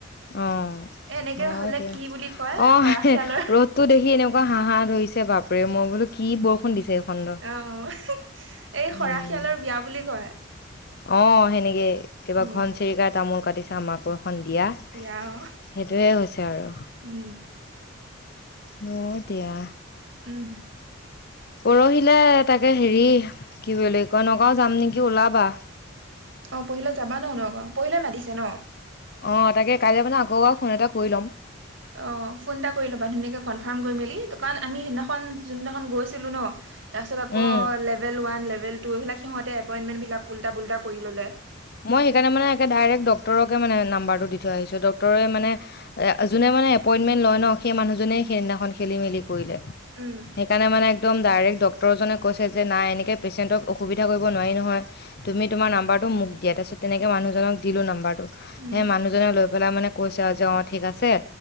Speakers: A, on the left; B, on the right.
A: অ,
B: এ এনেকে
A: হয়
B: হলে
A: দিয়া
B: কি বুলি কয়
A: অ,
B: খৰাশিয়ালৰ
A: হে ৰ'দটো দেখি এনেও এনেকুৱা হাহা ধৰিছে বাপৰে মই বোলো কি বৰষুণ দিছে। এইখন ৰ।
B: অ, <unintelligible> এই খৰা
A: উম
B: শিয়ালৰ বিয়া বুলি কয়।
A: অ, সেনেকে কিবা
B: উম
A: ঘন চিৰিকাই তামোল কাটিছে আমাকো এখন দিয়া।
B: এতিয়া অ,
A: সেইটোয়ে হৈছে আৰু
B: উম।
A: হব এতিয়া।
B: উম
A: পৰহিলে তাকে হেৰি কি বুলি কয়, নগাওঁ যাম নেকি ওলাবা।
B: অ পহিলৈ যাব ন নগাঁও, পৰহিলে মাতিছে ন।
A: অ, তাকে কাইলে মানে আকৌএবাৰ ফোন এটা কৰি ল'ম।
B: অ, ফোন এটা কৰি ল'বা ধুনীয়াকে কনফাৰ্ম কৰি মেলি তো কাৰণ আমি সেদিনাখন পন যোনদিনাখন গৈছিলো ন, তাৰপিছত আকৌ
A: উম
B: লেবেল ওৱান লেবেল টু তহ এইবিলাক সিহঁতে এপইণ্টমেণ্টবিলাক উল্টা পুলটা কৰি ল'লে।
A: মই সেইকাৰণে মানে ডাইৰেক্ট ডক্তৰকে মানে নাম্বাৰটো দি থৈ আহিছো ডক্ততৰে মানে। যোনে মানে এপইন্টমেন্ট লয় ন সেই মানুহজনে
B: উম,
A: সেইদিনাখন খেলি মেলি কৰিলে।
B: উম,
A: সেইকাৰণে মানে একদম ডাইৰেক্ট ডক্তটৰজনে কৈছে যে নাই এনেকৈ পেচেণ্টক অসুবিধা কৰিব নোৱাৰি নহয়। তুমি তোমাৰ নাম্বাৰটো মোক দিয়া তাৰপিছত তেনেকে মানুহজনক দিলো নাম্বাৰটো
B: উম,
A: সে মানুহ- জনে লৈ পেলাই মানে কৈছে আৰু যে অ ঠিক আছে